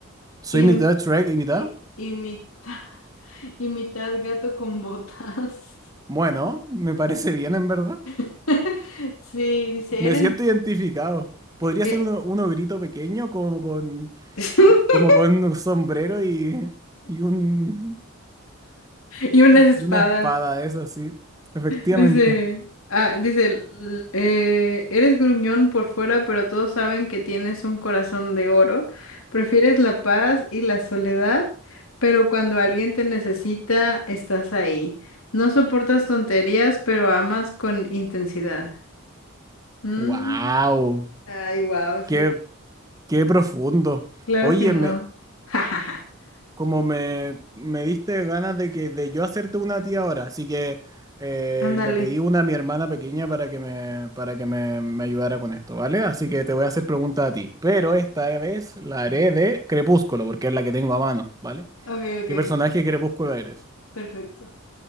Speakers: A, on the right (about 15°); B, on the left (about 75°).
A: ¿Soy
B: y, m-
A: mitad Shrek y mitad?
B: y, y mitad, <laughs> y mitad gato con botas.
A: Bueno, me parece bien en verdad.
B: <laughs> Sí, dice,
A: Me
B: eres...
A: siento identificado. Podría
B: eh,
A: ser uno, un ogrito pequeño como con,
B: <laughs>
A: como con un sombrero y, y un,
B: y una
A: y
B: espada.
A: una espada de esas, sí. Efectivamente.
B: Dice, ah, dice, l- eh, eres gruñón por fuera, pero todos saben que tienes un corazón de oro. Prefieres la paz y la soledad, pero cuando alguien te necesita, estás ahí. No soportas tonterías, pero amas con intensidad. Mm,
A: ¡Wow!
B: Ay, wow, sí.
A: ¡Qué, qué profundo!
B: Claro
A: Oye,
B: que no.
A: me,
B: <laughs>
A: Como me, me diste ganas de que de yo hacerte una a ti ahora, así que eh,
B: Ándale.
A: le pedí una a mi hermana pequeña para que me, para que me, me ayudara con esto, ¿vale? Así que te voy a hacer preguntas a ti, pero esta vez la haré de Crepúsculo, porque es la que tengo a mano, ¿vale?
B: Ok, ok,
A: ¿Qué personaje de Crepúsculo eres?
B: perfecto.